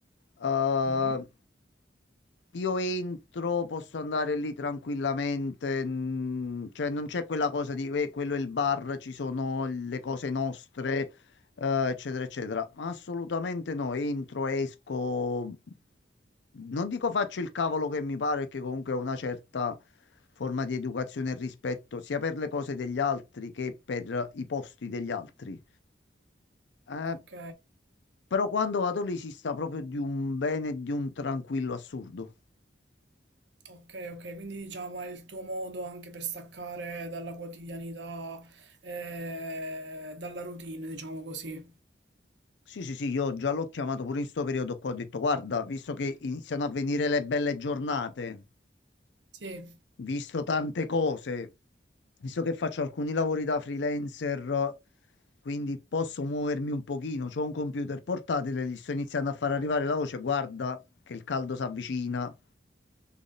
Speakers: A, on the left (about 85°); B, on the right (about 80°).
A: eh,
B: Mhm.
A: io entro, posso andare lì tranquillamente, mm, cioè non c'è quella cosa di "Eh, quello è il bar, ci sono le cose nostre, eh, eccetera, eccetera. Ma assolutamente no, entro, esco, non dico faccio il cavolo che mi pare, perché comunque ho una certa forma di educazione e rispetto sia per le cose degli altri che per i posti degli altri. Eh,
B: Ok.
A: però quando vado lì si sta proprio di un bene e di un tranquillo assurdo.
B: Ok, ok, quindi diciamo è il tuo modo anche per staccare dalla quotidianità, eh, dalla routine, diciamo così.
A: Sì, sì, sì, io già l'ho chiamato pure in sto periodo qua, ho detto, guarda, visto che iniziano a venire le belle giornate,
B: Sì, eh,
A: visto tante cose, visto che faccio alcuni lavori da freelancer, quindi posso muovermi un pochino, c'ho un computer portatile, gli sto iniziando a far arrivare la voce, guarda che il caldo si avvicina,